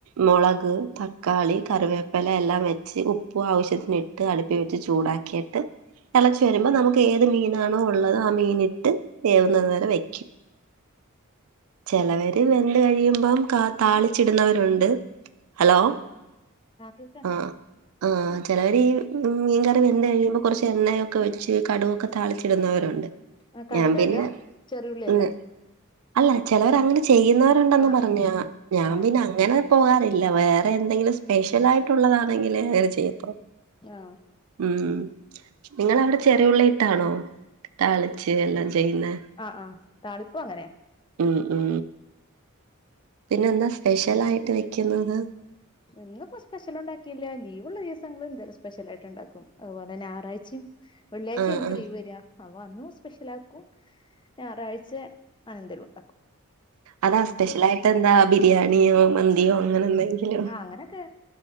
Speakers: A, on the right; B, on the left.
A: മൊളക് തക്കാളി കറിവേപ്പല എല്ലാം വെച്ച് ച്ച് ഉപ്പും ആവശ്യത്തിന് ഇട്ട് അടുപ്പി വെച്ച് ചൂടാക്കിയിട്ട് തെളച്ച് വരുമ്പോ നമുക്ക് ഏത് മീനാണോ ഉള്ളത് ആ മീൻട്ട് വേവുന്നത് വരെ വെക്ക്അ. ചെ ലവര് വെന്ത് കഴിയുമ്പം കാ താളി. ച്ചിട്ന്നവരുണ്ട് ഹലോ
B: ആഹ് ആഹ് കേൾക്കണ്ട്
A: ആഹ്. ആ ചെലവര് ഈ മീൻകറി വെന്തഴിയുമ്പോ കൊറച്ച് എണ്ണയൊക്കെ വെച്ച് കടുവൊക്കെ താളിച്ചിട്ന്നവരുണ്ട്.
B: ആ കടുകാ
A: ഞാൻ പിന്നെ
B: ഇടുക ചെറിയുള്ളിയല്ലേ
A: ഹ്. അല്ല ചെലവർ അങ്ങനെ ചെയ്യുന്നവരുണ്ടെന്നു
B: ആഹ്
A: പറഞ്ഞ
B: ആഹ്
A: ഞാൻ
B: ആഹ്
A: പിന്നെ. അങ്ങനെ പോവാറില്ല വേറെ എന്തെങ്കിലും സ്പെഷ്യൽ ആയിട്ടുള്ളതാണെങ്കിൽ അങ്ങനെ ചെയ്യത്തുള്ളു.
B: ആഹ്
A: ഉം നിങ്ങളവിടെ ചെറിയുള്ളിട്ടാണോ താളിച്ച് എല്ലാം ചെയ്യുന്നെ?
B: അഹ് ആഹ് താളിപ്പു അങ്ങനെ.
A: ഉം ഉം പിന്നെന്താ സ്പെഷ്യലായിട്ട് വെക്കുന്നത്?
B: ഇന്നിപ്പോ സ്പെഷ്യൽ ണ്ടാക്കിയില്ല ലീവ്ള്ള ദിവസങ്ങൾ എന്തേലും സ്പെഷ്യലായിട്ട് ഇണ്ടാക്കും അത്പോലെ ഞാറാഴ്ച്ചിം. വെള്ള്യായ്ചെ
A: ആഹ്
B: ഇൻക്ക്
A: ആഹ്
B: ലീവ് വര. അവ അന്നും സ്പെഷ്യലാക്കും ഞാറാഴ്ച അങ്ങനെന്തേലും ണ്ടാക്കും.
A: അതാ സ്പെഷ്യലായിട്ടെന്താ ബിരിയാണിയോ, മന്തിയോ അങ്ങനെന്തെങ്കിലും.
B: ആഹ് അങ്ങനൊക്കേ